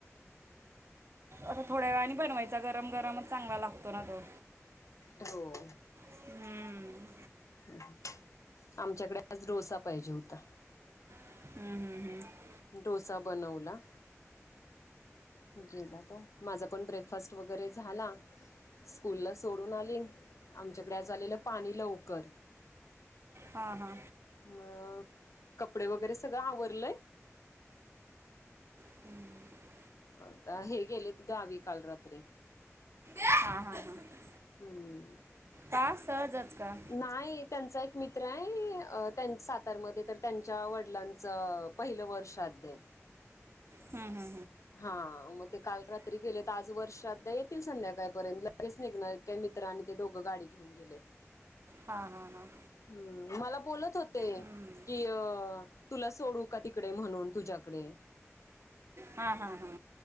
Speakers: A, on the right; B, on the left.
A: आता थोड्या वेळाने बनवायचा गरम, गरमच चांगला लागतो ना तो.
B: हो.
A: हम्म.
B: हम् ह. <inaudible> आमच्याकडे आज डोसा पाहिजे होता.
A: हम हम हम्म.
B: डोसा बनवला. गेला तो. माझा पण ब्रेकफास्ट वगैरे झाला. स्कूलला सोडून आली, आमच्याकडे आज आलेलं पाणी लवकर.
A: हा हा.
B: मग, कपडे वगैरे सगळं आवरलंय?
A: हम्म.
B: हो का? हे गेलेत गावी काल रात्री.
A: हा. हा. हा.
B: हम्म.
A: का सहजच का?
B: नाही. त्यांचा एक मित्र आहे. त्यांचा सातारमध्ये तर त्यांच्या वडिलांचं- पहिलं वर्ष श्राद्ध ए.
A: हम. हम.
B: हां. म ते काल रात्री गेलेत. आज वर्ष श्राद्ध ए. येतील संध्याकाळपर्यंत लगेच निघणारएत. ते मित्र आणि ते दोघं गाडी घेऊन गेलेत.
A: हां. हां. हां.
B: हम्म. मला बोलत होते
A: हम्म.
B: कि अ- तुला सोडू का तिकडे म्हणून तुझ्याकडे.
A: हा. हा. हा.